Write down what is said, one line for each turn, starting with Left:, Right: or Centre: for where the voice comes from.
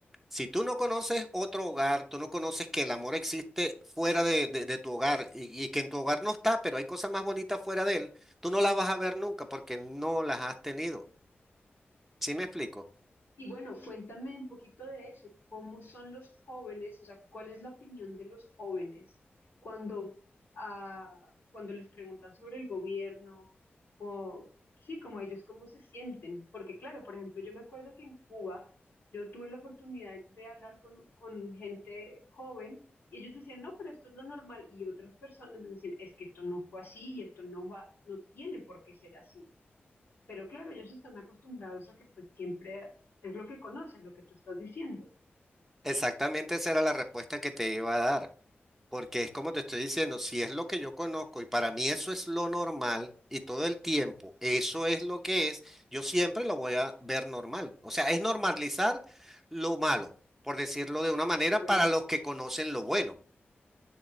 Centre: si tú no conoces otro hogar, tú no conoces que el amor existe fuera de, de- de tu hogar y, y que en tu hogar no está, pero hay cosas más bonitas fuera de él, tú no las vas a ver nunca porque no las has tenido. ¿Sí me explico?
Left: Y bueno, cuéntame un poquito de eso, ¿cómo son los jóvenes? O sea, ¿cuál es la opinión de los jóvenes cuando, ah, cuando les preguntan sobre el gobierno? O sí, como ellos, ¿cómo se sienten? Porque claro, por ejemplo, yo me acuerdo que en Cuba yo tuve la oportunidad de hablar con, con gente joven y ellos decían, no, pero esto es lo normal. Y otras personas les decían, es que esto no fue así y esto no va, no tiene por qué ser así. Pero claro, ellos están acostumbrados a que pues siempre es lo que conocen, lo que tú estás diciendo.
Centre: Exactamente esa era la respuesta que te iba a dar, porque es como te estoy diciendo, si es lo que yo conozco y para mí eso es lo normal y todo el tiempo eso es lo que es, yo siempre lo voy a ver normal. O sea, es normalizar lo malo, por decirlo de una manera,
Left: Correcto.
Centre: para los que conocen lo bueno.